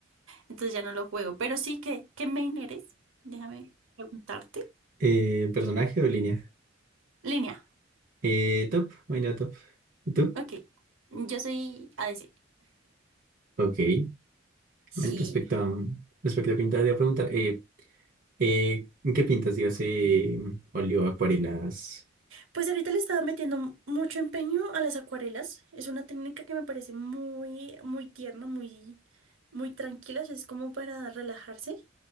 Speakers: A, on the right; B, on the right.
A: Entonces ya no lo juego. Pero sí que, ¿qué main eres? Déjame preguntarte.
B: eh, personaje o línea.
A: Línea.
B: Eh, top, vaina top. ¿Y tú?
A: Ok. Yo soy a ADC.
B: Ok.
A: Sí.
B: Men, Respecto a, respecto a pintar, te iba a preguntar, eh, eh, ¿en qué pintas? Digas, eh, óleo, acuarelas.
A: Pues ahorita le estaba metiendo m- mucho empeño a las acuarelas. Es una técnica que me parece muy, muy tierna, muy, muy tranquila. O sea, Es como para relajarse.